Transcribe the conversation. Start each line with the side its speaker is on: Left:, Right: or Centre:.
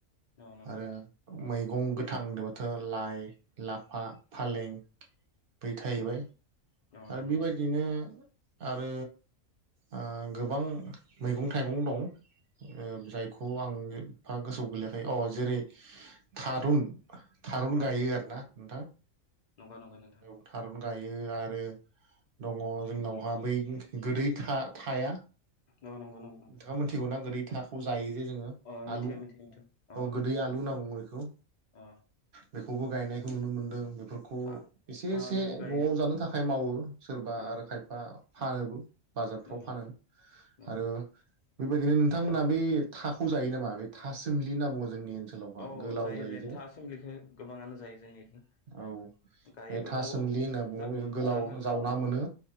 Left: औ नंगौ
Right: आरो
Left: नोंथां
Right: मै गं गोथां होनदोबाथ' लाइ लाफा फालें बै थाहैबाय
Left: औ
Right: आरो
Left: नंगौ
Right: बेबायदिनो
Left: नोंथां
Right: आरो ओ गोबां मैगं थाइगं दं ओ जायखौ आं एफा गोसोआव गोलैयाखै अ जेरै थारुन थारुन
Left: औ
Right: गायो
Left: थारैनो
Right: आरो ना नोंथां
Left: नंगौ नंगौ नोंथां
Right: <unintelligible> थारुन गायो <unintelligible> आरो दंङ जोंनावहा बै गोदै था-थाया।
Left: औ नंगौ नंगौ नोंथां
Right: नोंथाङा मिथिगौ ना गोरैथा। ख जायो। जे जोङो
Left: अ मिथिगौ
Right: आलु
Left: मिथिगौ नोंथां अ
Right: औ गोदै आलु होनना बुङो। खौ
Left: अ
Right: बेखौबो गायनायखौ नुनो मोनदों बे फोरखौ
Left: था
Right: एसे
Left: था
Right: एसे
Left: आलुबो गायो
Right: न'आव जानो थाखाय मावो सोरबा
Left: औ
Right: आरो खायफा फानोबो। बाजारफ्राव
Left: औ
Right: फानो
Left: औ
Right: आरो। बेबायदिनो नोंथांमोना बै थाखौ जायो नामा बे था सोमलि होनना बुङो जोंनि ओनसोलावहा
Left: औ
Right: गोलाव जायो जे
Left: था सोमलिखौ गोबाङानो जायो जोंनिथिं
Right: औ
Left: गायोबो
Right: बे था
Left: न'आव
Right: सोमलि होनना बुंङो
Left: जा
Right: बेखौ गोलाव
Left: जानो
Right: जावना मोनो